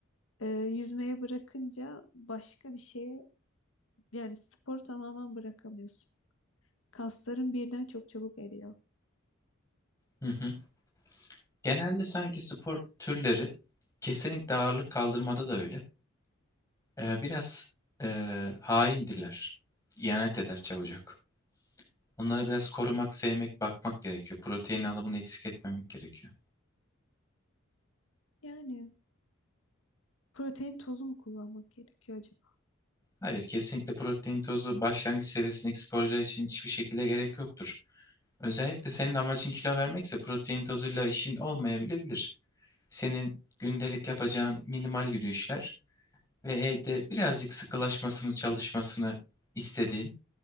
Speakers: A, on the left; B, on the left.
A: Ee, yüzmeye bırakınca başka bir şeye yani sporu tamamen bırakamıyorsun. Kaslarım birden çok çabuk eriyor.
B: Hı hı. Genelde sanki spor türleri kesinlikle ağırlık kaldırmada da öyle. Ee, biraz e, haindirler. İhanet eder çabucak. Onları biraz korumak, sevmek, bakmak gerekiyor. Protein alımını eksik etmemek gerekiyor.
A: Yani Protein tozu mu kullanmak gerekiyor acaba?
B: Hayır, kesinlikle protein tozu başlangıç seviyesindeki sporcular için hiçbir şekilde gerek yoktur. Özellikle senin amacın kilo vermekse protein tozuyla işin olmayabilir. Senin gündelik yapacağın minimal yürüyüşler ve evde birazcık sıkılaşmasını, çalışmasını istediğin